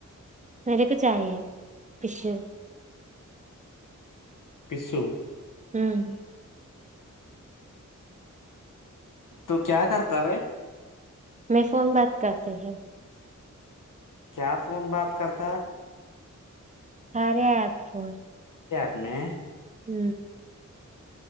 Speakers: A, on the right; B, on the left.
A: మేరకో చాహియే ఫిష్
B: పిస్స్
A: మ్ ఉ
B: తు క్యా కర్తా రే
A: మే ఫోన్ బాత్ కార్తె హై
B: క్యా ఫోన్ బత కత
A: సరే ట్ ఫోన్
B: న్నే
A: ఉ